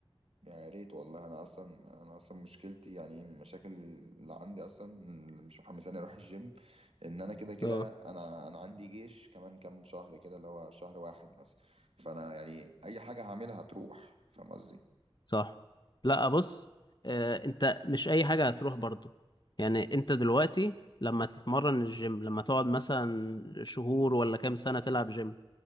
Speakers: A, on the right; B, on the left.
A: يا ريت والله انا اصلا انا اصلا مشكلتي يعني من المشاكل اللي عندي اصلا اللي مش محمساني اروح الجيم ان انا كده كده
B: اه
A: انا انا عندي جيش كمان كام شهر كده اللي هو شهر واحد مثلا فانا يعني اي حاجه هعملها هتروح فاهم قصدي
B: صح لا بص آه، انت مش اي حاجة هتروح برضو يعني انت دلوقتي لما تتمرن الجيم لما تقعد مثلا شهور ولا كام سنة تلعب جيم